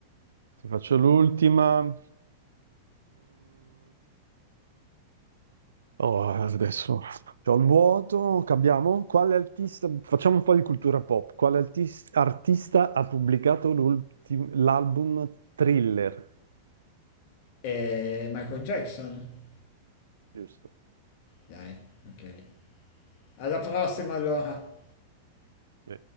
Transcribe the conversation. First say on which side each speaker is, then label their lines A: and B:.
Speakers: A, on the right (about 70°); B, on the left (about 45°).
A: Ti faccio l'ultima. Oh, adesso c'ho il vuoto, cambiamo. Quale artista, facciamo un po' di cultura pop. Quale artis- artista ha pubblicato l'ultim- l'album Thriller?
B: Eh, Michael Jackson.
A: Giusto.
B: Dai, ok. Alla prossima allora.
A: Sì.